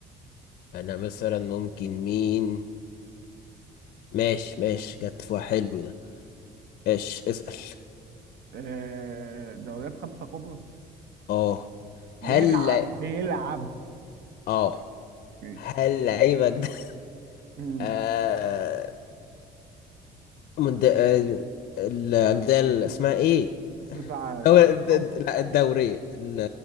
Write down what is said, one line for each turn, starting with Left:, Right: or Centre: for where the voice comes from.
Left: انا مثلا ممكن مين ماشي ماشي جت في واحد حلو ده ايش اسأل
Right: آه، دوريات خمسة كبرى
Left: اه
Right: بيلعب
Left: هل
Right: بيلعب
Left: اه
Right: ماشي
Left: هل لعيبك ده <laughs>
Right: امم
Left: آه... من د... آه... الأندية اللي اسمها ايه؟
Right: التسعة
Left: دوري... الد- الد-
Right: اوب
Left: لا الدورية ال-